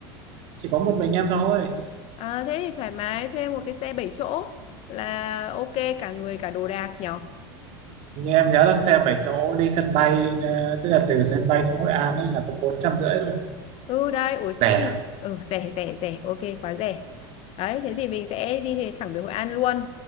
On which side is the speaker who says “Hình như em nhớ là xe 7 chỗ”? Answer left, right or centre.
Right